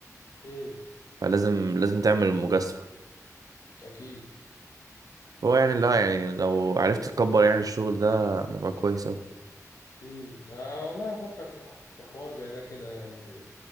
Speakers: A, on the left; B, on the right.
A: امم
B: فلازم لازم تعمل المجازفة
A: اكيد
B: هو يعني لا يعني لو عرفت تكبر يعني الشغل ده يبقى كويس أوي
A: امم آه والله افكر في ح- في حوار زي ده كده يعني